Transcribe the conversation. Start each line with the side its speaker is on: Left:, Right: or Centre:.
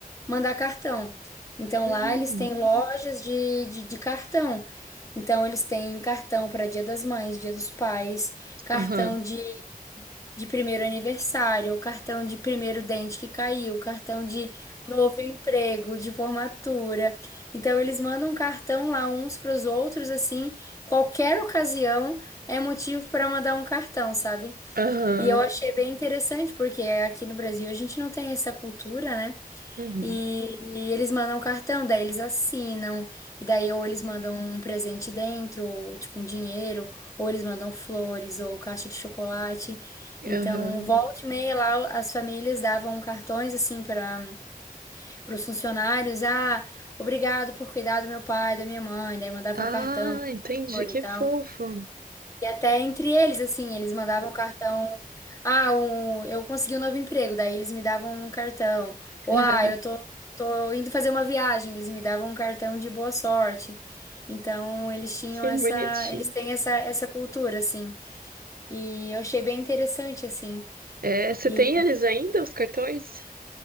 Left: mandar cartão. Então
Right: hum.
Left: lá eles têm Hum. lojas de, de, de cartão. Então eles têm cartão para Dia das Mães, Dia dos Pais, cartão
Right: Aham,
Left: de de primeiro aniversário, o cartão de primeiro dente que caiu, o cartão de novo emprego, de formatura. Então eles mandam um cartão lá uns para os outros assim, qualquer ocasião é motivo para mandar um cartão, sabe?
Right: aham,
Left: E eu achei bem interessante porque aqui no Brasil a gente não tem essa cultura, né?
Right: uhum,
Left: E, e eles mandam um cartão, daí eles assinam, e daí ou eles mandam um presente dentro, ou tipo um dinheiro, ou eles mandam flores, ou caixa de chocolate. Então,
Right: aham.
Left: volta e meia lá, as famílias davam cartões assim para os funcionários: ah, obrigado por cuidar do meu pai, da minha mãe, daí mandavam
Right: Ah,
Left: um cartão, um
Right: entendi,
Left: flor
Right: que
Left: e tal.
Right: fofo.
Left: E até entre eles, assim, eles mandavam cartão. Ah, um, eu consegui um novo emprego, daí eles me davam um cartão.
Right: <laughs>
Left: Ou, ah, eu tô, tô indo fazer uma viagem, eles me davam um cartão de boa sorte. Então, eles tinham
Right: Que
Left: essa,
Right: bonitinho.
Left: eles têm essa, essa cultura, assim. E eu achei bem interessante, assim.
Right: É, você
Left: E
Right: tem eles ainda, os cartões?